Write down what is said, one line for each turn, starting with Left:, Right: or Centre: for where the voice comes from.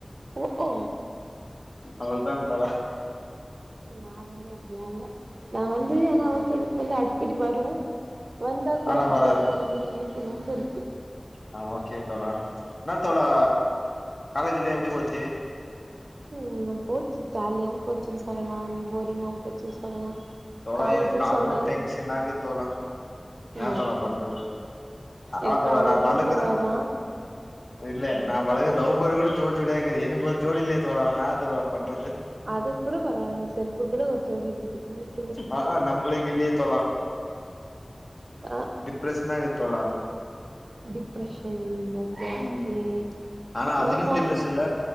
Right: உ ஓ
Left: அவுள்தான் ஓகே
Right: நா வந்து அப்பிலா இல்ல நா வந்து எனா வந்து எனக்கு வந்து அடிக்கடி வரு வந்தாக் கூட
Left: ஆனா
Right: அப்டி
Left: வராது.
Right: ரொம்ப வலி நெனைக்கி ரொம்ப இருக்கு
Left: ஆ ஓகே தோழா இன்னாத் தோழா காலேஜூலா எப்டி போச்சி
Right: ம்ன போச்சு ஜாலியாவும் போச்சுன் சொல்லலாம் போரிங்காவும் போச்சுன் சொல்லலா
Left: தோழா
Right: காலேஜுன்னு
Left: எனக் கால்லந்து
Right: சொன்னா
Left: டென்ஷனாகுத் தோழா எனாத்
Right: ஓ
Left: தோழாப் பண்றது அ
Right: எ
Left: ஆ தோழா
Right: காலேஜே
Left: நா வளக்குற
Right: சொன்னாதா
Left: இல்ல நா வளகுற லவ் பர்டு கூட ஜோடி ஜோடியா இகுது எனுகு ஒரு ஜோடி இல்லையேத் தோழா நாத் தோழா பண்றது
Right: அதுக் கூட பரவாலங்க செருப்புக் கூட ஒரு ஜோடி இருகுது உங்ளுக்
Left: ஆ அ நம்பளுக்கு இல்லயே தோழா
Right: ஆ
Left: டிப்ரஷுனா இர்க்கே தோழா
Right: டிப்ரெஷன் ஓகே ஓகே
Left: ம் ஆனா
Right: இன்ன
Left: அதுக்குன்னு
Right: மார்
Left: டிப்ரஷன் இல்ல